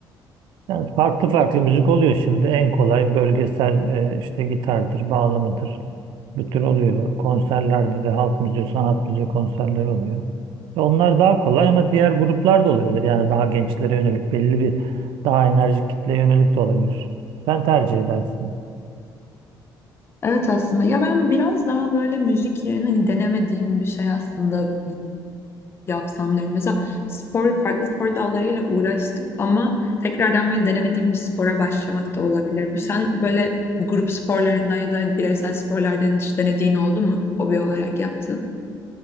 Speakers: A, on the right (about 80°); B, on the left (about 30°).
A: Yani farklı farklı müzik oluyor şimdi. En kolay bölgesel e, işte gitardır, bağlamadır. Bu tür oluyor. Konserlerde de halk müziği, sanat müziği konserleri oluyor. Ve Onlar daha kolay ama diğer gruplar da olabilir. Yani daha gençlere yönelik belli bir daha enerjik kitleye yönelik de olabilir. Sen tercih edersin.
B: Evet aslında ya ben biraz daha böyle müzik yerine hani denemediğim bir şey aslında yapsam diyorum. Mesela spor, farklı spor dallarıyla uğraştım ama tekrardan böyle denemediğim bir spora başlamak da olabilir. Bu sen böyle grup sporlarından ya da bireysel sporlardan hiç denediğin oldu mu? Hobi olarak yaptın.